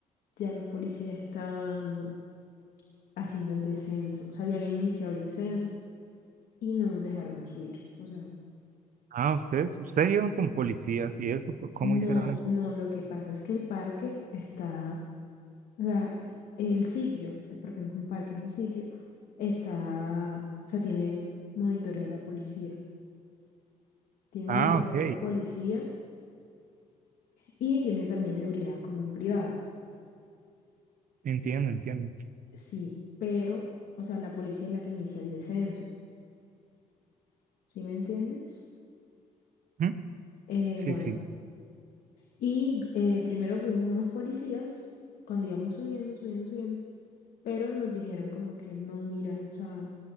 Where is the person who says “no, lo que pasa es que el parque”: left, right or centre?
Left